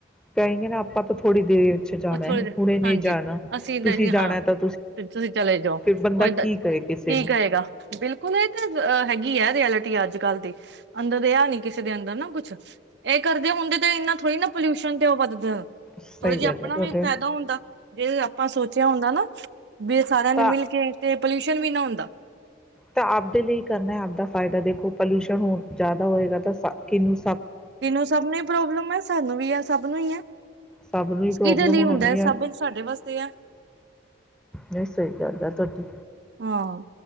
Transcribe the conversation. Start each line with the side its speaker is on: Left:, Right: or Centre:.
Centre: ਕਹਿਣਗੇ ਨਾ ਆਪਾਂ ਤਾਂ ਥੋੜ੍ਹੀ ਦੇਰ ਚ ਜਾਣਾ
Right: ਉਹ ਥੋੜੇ
Centre: ਹੈ। ਹੁਣੇ ਨਹੀਂ
Right: ਹਾਂਜੀ
Centre: ਜਾਣਾ
Right: ਅਸੀਂ
Centre: ਤੁਸੀਂ
Right: ਇਦਾਂ
Centre: ਜਾਣਾ
Right: ਹਾਂ
Centre: ਹੈ ਤਾਂ
Right: ਤੇ ਤੁਸੀਂ ਚਲੇ ਜਾਓ
Centre: ਫਿਰ ਬੰਦਾ
Right: ਉਹ ਏਦਾਂ
Centre: ਕੀ ਕਹੇ ਕਿਸੇ
Right: ਕੀ
Centre: ਨੂੰ
Right: ਕਰਹੇਗਾ ਬਿਲਕੁਲ ਇਹ ਤਾਂ ਹੈਗੀ ਹੈ, ਰਐਲਿਟੀ ਅੱਜ ਅੱਜ ਕੱਲ ਦੇ ਅੰਦਰ ਦੇ ਆ ਨੀ ਕਿਸੇ ਦੇ ਅੰਦਰ ਨਾ ਕੁੱਛ ਇਹ, ਕਰਦੇ ਹੁੰਦੇ ਤੇ ਇੰਨਾ ਥੋੜ੍ਹੀ ਨਾ ਪੋਲਿਊਸ਼ਨ ਤੇ ਉਹ ਵੱਧਦੇ
Centre: ਸਹੀ
Right: ਥੋੜ੍ਹਾ ਜਿਹਾ
Centre: ਗੱਲ
Right: ਆਪਣਾ
Centre: ਹੈ ਤੁਹਾਡੇ
Right: ਵੀ ਫ਼ਾਇਦਾ ਹੁੰਦਾ। ਫਿਲ ਆਪਾਂ ਸੋਚਿਆ ਹੁੰਦਾ ਨਾ। <inaudible> ਵੀ ਸਾਰਿਆਂ
Centre: ਤਾਂ
Right: ਨੇ ਮਿਲ ਕੇ ਤੇ ਪੋਲਿਊਸ਼ਨ, ਫਿਰ ਵੀ ਨਾ ਹੁੰਦਾ।
Centre: ਤਾਂ ਆਪਦੇ ਲਈ ਕਰਨਾ ਆਪਦਾ ਫਾਇਦਾ ਦੇਖੋ ਪੋਲਿਊਸ਼ਨ ਹੋ ਜ਼ਿਆਦਾ ਹੋਏਗਾ ਤਾਂ ਕਿਹਨੂੰ
Right: ਤੈਨੂੰ ਸਭ ਨੂੰ ਹੀ ਪ੍ਰੋਬਲਮ ਐ ਸਾਨੂੰ ਵੀ ਐ ਸਭ ਨੂੰ ਹੀ ਐ।
Centre: ਸਭ ਨੂੰ ਹੀ ਪ੍ਰੋਬਲਮ
Right: ਕਿਹਦੇ ਲਈ ਹੁੰਦਾ
Centre: ਹੋਣੀ
Right: ਹੈ ਸਭ ਸਾਡੇ ਵਾਸਤੇ ਆ।
Centre: ਨਹੀਂ ਸਹੀ ਗੱਲ ਆ ਤੁਹਾਡੀ,
Right: ਹਾਂ